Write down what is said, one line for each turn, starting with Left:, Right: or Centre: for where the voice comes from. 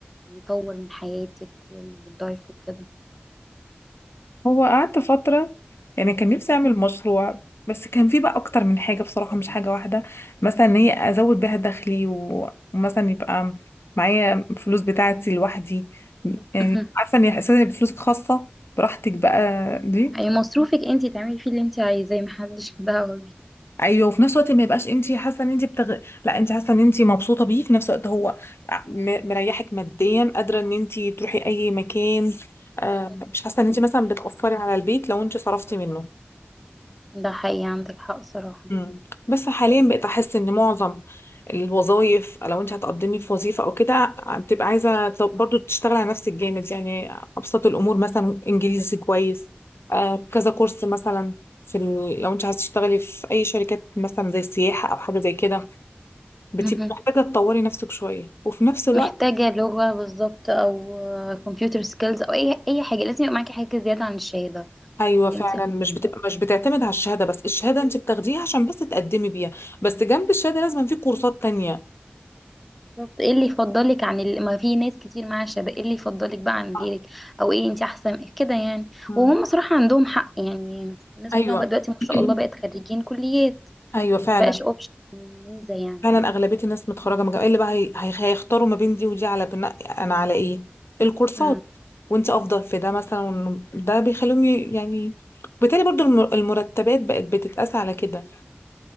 Centre: يطور من حياتك واللايف وكده
Left: هو قعدت فتره يعني كان نفسي
Centre: مهم.
Left: اعمل مشروع بس كان في بقى اكتر من حاجه بصراحه مش حاجه واحده مثلا ان هي ازود بيها دخلي و- ومثلا يبقى معايا فلوس بتاعتي لوحدي يعني
Centre: مهم.
Left: عارفه ان احساس ان يبقى فلوسك خاصه براحتك بقى دي
Centre: اي مصروفك انتي تعملي فيه اللي انتي عايزاه محدش له دعوة <laughs> بيه
Left: ايوه وفي نفس الوقت ما يبقاش انت حاسه ان انت بتغ... لا انت حاسه ان انت مبسوطه بيه في نفس الوقت هو م- مريحك ماديا قادره ان انت تروحي اي مكان آه
Centre: مهم.
Left: مش حاسه ان انت مثلا بتاثري على البيت لو انت صرفتي منه
Centre: ده حقيقي عندك حق صراحة
Left: مم. بس حاليا بقيت احس ان معظم الوظائف لو انت هتقدمي في وظيفه او كده آه، بتبقى عايزه ت- برضو تشتغل على نفسك جامد يعني ابسط الامور مثلا انجليزي كويس آه كذا كورس مثلا في ال... لو انت عايزه تشتغلي في اي شركات مثلا زي السياحه او حاجه زي كده بتبقي
Centre: مهم.
Left: محتاجة تطوري نفسك شوية وفي نفس الوقت
Centre: محتاجة لغة بالظبط او كمبيوتر سكيلز او اي اي حاجة لازم يبقى معاكي حاجة زيادة عن الشهادة
Left: أيوة
Centre: اللي
Left: فعلا
Centre: انتي اخدتيها
Left: مش بتبقى مش بتعتمد على الشهادة بس الشهادة أنت بتاخديها عشان بس تقدمي بيها بس جنب الشهادة لازم في كورسات تانية
Centre: بالظبط ايه اللي يفضلك عن ال... ما في ناس كتير معاها شهادة ايه اللي يفضلك بقى عن
Left: صح.
Centre: غيرك او ايه انت احسن كده يعني
Left: مم.
Centre: وهم صراحة عندهم حق يعني الناس
Left: أيوة
Centre: كلها بقى دلوقتي ما
Left: <clears throat>
Centre: شاء الله بقت خريجين كليات
Left: أيوة فعلا
Centre: ما بقاش اوبشن ميزة يعني
Left: فعلا أغلبية الناس متخرجة من جامعة إيه اللي بقى هي... هي... هيختاروا ما بين دي ودي على بناء أنا على إيه الكورسات
Centre: مم.
Left: وأنت أفضل في ده مثلا وإنه ده بيخليهم ي- يعني بالتالي برضو الم- المرتبات بقت بتتقاس على كده اللي